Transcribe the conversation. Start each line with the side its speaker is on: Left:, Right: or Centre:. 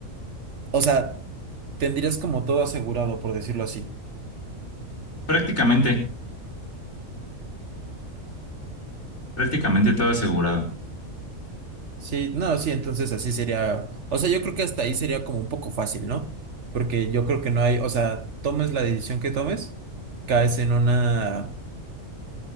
Right: o sea, tendrías como todo asegurado, por decirlo así.
Left: Prácticamente, prácticamente todo asegurado.
Right: Sí, no, sí, entonces así sería, o sea, yo creo que hasta ahí sería como un poco fácil, ¿no? Porque yo creo que no hay, o sea, tomes la decisión que tomes, caes en una,